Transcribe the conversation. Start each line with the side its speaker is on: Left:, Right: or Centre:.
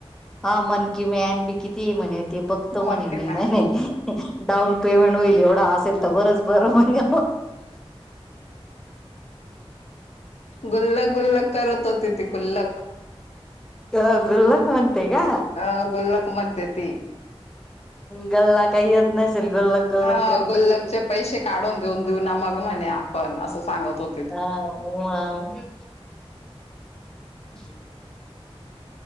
Centre: हा मन की मॅन बी किती आहे म्हणे होते बघतो म्हणे
Left: मंकी
Centre: मी
Left: मॅन
Centre: म्हणे- डाऊन पेमेंट होईल एवढा असेल तर बरच बरं म्हण,
Left: गुल्लक गुल्लक करत होती ती गुल्लक.
Centre: अ गुल्लाख म्हणते का?
Left: अ गुल्लक म्हणते ती.
Centre: गल्ला काही येत नसेल गुल्लख गुल्लख
Left: अ
Centre: करत
Left: गुल्लकचे
Centre: असेल.
Left: पैसे काढून देऊन देऊ ना मग म्हणे आपण असं सांगत होतो.
Centre: हा ह आ च.